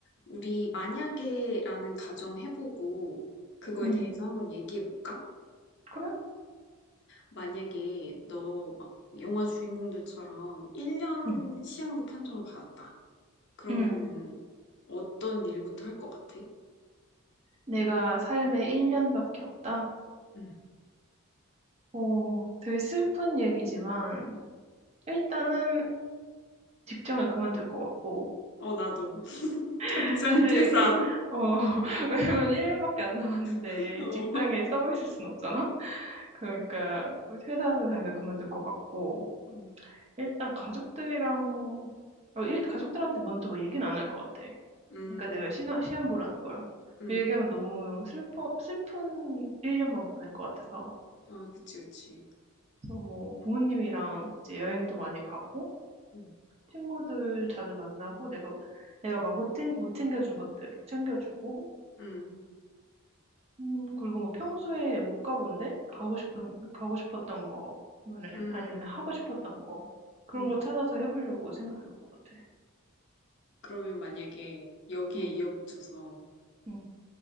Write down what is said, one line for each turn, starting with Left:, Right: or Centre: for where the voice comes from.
Left: 우리 만약에라는 가정 해보고 그거에
Right: 응,
Left: 대해서 한번 얘기해 볼까?
Right: 그래?
Left: 만약에 너 막 영화 주인공들처럼 1년
Right: 응.
Left: 시한부 판정을 받았다. 그러면은
Right: 응
Left: 어떤 일부터 할 것 같아?
Right: 내가 삶에 1년밖에 없다.
Left: 음.
Right: 오 되게 슬픈 얘기지만, 일단은 직장을 그만둘 것 같고,
Left: 어, 나도. <laughs> 당장
Right: <laughs> 사실
Left: 퇴사.
Right: 일, 어, <laughs> 왜냐면 1년밖에 안 남았는데
Left: <laughs> 어.
Right: 직장에 썩어 있을 순 없잖아? 그러니까 회사는 당장 그만둘 것 같고,
Left: 음,
Right: 일단 가족들이랑, 어, 일, 가족들한테 먼저 뭐 얘기는 안 할 것 같아.
Left: 음,
Right: 그러니까 내가 시험 시험 보라는 걸.
Left: 음.
Right: 얘기하면 너무 슬퍼, 슬픈 1년만 보낼 것 같아서.
Left: 아, 그치, 그치.
Right: 그래서 뭐 부모님이랑 이제 여행도 많이 가고
Left: 음,
Right: 친구들 자주 만나고 내가 내가 막 못 챙, 못 챙겨준 것들 막 챙겨주고
Left: 음,
Right: 음 그리고 뭐 평소에 못 가본 데 가고 싶은 가고 싶었던 거 아니면
Left: 음.
Right: 아니면 하고 싶었던 거 그런
Left: 음.
Right: 거 찾아서 해보려고 생각해 볼 것 같아.
Left: 그러면 만약에 여기에
Right: 음,
Left: 이어붙여서
Right: 음,